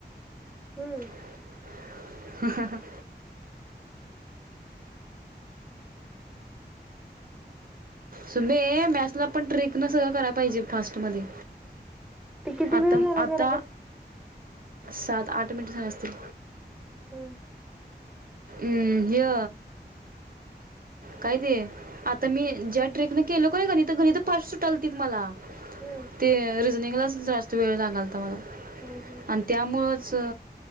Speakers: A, in the centre; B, on the right (about 55°).
A: हम्म
B: <inaudible> ह ह ह शुभे मॅथ्सला पण ट्रिक न सगळं कराय पाहिजे फास्ट मध्ये.
A: ते किती
B: आता
A: वेळ झाला
B: आता,
A: जरा बघ.
B: सात, आठ मिनिट झाले असतील.
A: हम्म.
B: ऊ ह्य. काय ते आता मी
A: हम्म
B: ज्या ट्रिक नं केलो क नाय गणीत, गणीत फास्ट सुटालतील मला.
A: हम्म
B: ते रिजनिंगलाच जास्त वेळ लागालता मला.
A: हम् हम्.
B: आणि त्यामुळंच